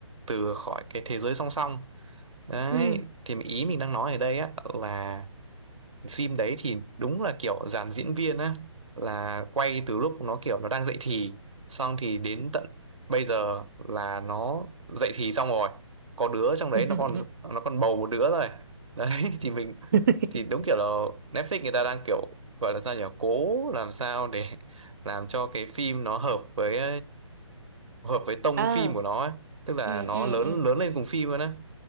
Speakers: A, on the right; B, on the right.
A: từ khỏi cái thế giới song song đấy
B: ừ
A: thì ý mình đang nói ở đây á là phim đấy thì đúng là kiểu dàn diễn viên á là quay từ lúc nó kiểu nó đang dậy thì xong thì đến tận bây giờ là nó dậy thì xong rồi có đứa trong đấy
B: ừ
A: nó còn nó còn bầu một đứa rồi đấy <laughs> thì mình
B: <laughs>
A: thì đúng kiểu là Netflix người ta đang kiểu gọi là sao nhỉ cố làm sao để <laughs> làm cho cái phim nó hợp với hợp với tông
B: ờ
A: phim của nó ấy. tức là
B: ừ
A: nó
B: ừ
A: lớn
B: ừ
A: lớn lên cùng phim luôn á